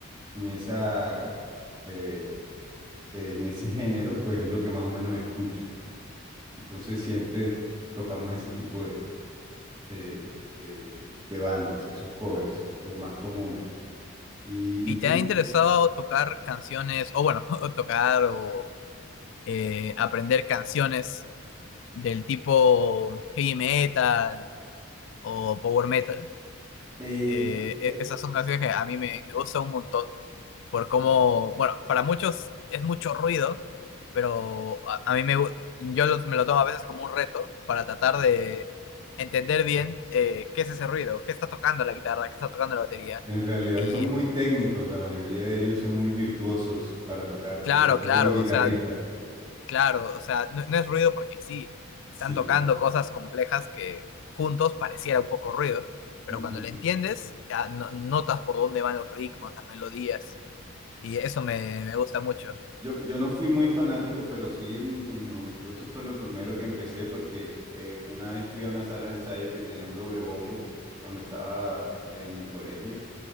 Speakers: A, on the right; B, on the left.
A: en esa, eh, en ese género, pues es lo que más o menos escuchan. Entonces siempre tocamos ese tipo de eh, de, de bandas, esos covers, los más comunes. ¿Y,
B: ¿Y
A: y tú?
B: te ha interesado tocar canciones, o bueno, <laughs> tocar o eh, aprender canciones del tipo heavy metal o power metal.
A: Eh,
B: Eh, e-
A: eh,
B: esas son canciones que a mí me, me gustan un montón por cómo, bueno, para muchos es mucho ruido, pero a, a mí me, gu- yo lo- me lo tomo a veces como un reto para tratar de entender bien eh, qué es ese ruido, qué está tocando la guitarra, qué está tocando la batería.
A: en realidad
B: Y
A: son muy técnicos, la mayoría de ellos son muy virtuosos para tocar,
B: claro,
A: sobre todo
B: claro,
A: los guitarristas.
B: o sea, Claro, o sea, no, no es ruido porque sí,
A: Sí,
B: están tocando
A: sí.
B: cosas complejas que juntos pareciera un poco ruido, pero
A: <laughs>
B: cuando le entiendes, ya no- notas por dónde van los ritmos, las melodías, y eso me, me gusta mucho.
A: Yo, yo no fui muy fanático, pero sí en mi, en mi juventud eso fue lo primero que empecé porque eh, una vez fui a una sala de ensayos que tenía un doble bombo cuando estaba en mi colegio